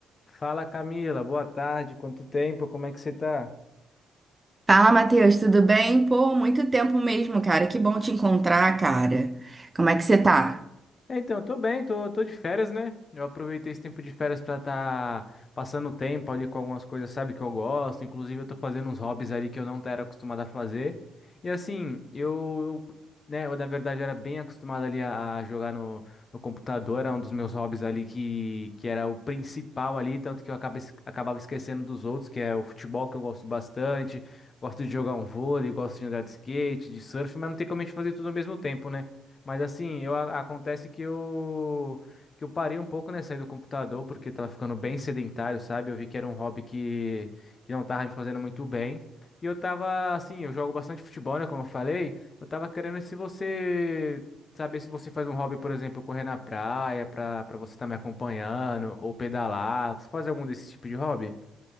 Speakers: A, on the left; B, on the right.
A: Fala Camila, boa tarde, quanto tempo, como é que você tá?
B: Fala, Matheus, tudo bem? Pô, muito tempo mesmo, cara. Que bom te encontrar, cara. Como é que você tá?
A: É, Então, tô bem, tô, tô de férias, né? Eu aproveitei esse tempo de férias pra tá passando tempo ali com algumas coisas, sabe, que eu gosto. Inclusive, eu tô fazendo uns hobbies ali que eu não era acostumado a fazer. E assim, eu, eu, né, eu na verdade era bem acostumado ali a, a jogar no, no computador, era um dos meus hobbies ali que, que era o principal ali, tanto que eu acaba, es- acabava esquecendo dos outros, que é o futebol, que eu gosto bastante. Gosto de jogar um vôlei, gosto de andar de skate, de surf, mas não tem como a gente fazer tudo ao mesmo tempo, né? Mas assim, eu, a- acontece que eu, que eu parei um pouco, né, sair do computador, porque tava ficando bem sedentário, sabe? Eu vi que era um hobby que, que não tava me fazendo muito bem. E eu tava, assim, eu jogo bastante futebol, né, como eu falei. Eu tava querendo se você, saber se você faz um hobby, por exemplo, correr na praia, pra, pra você estar me acompanhando, ou pedalar. Você faz algum desse tipo de hobby?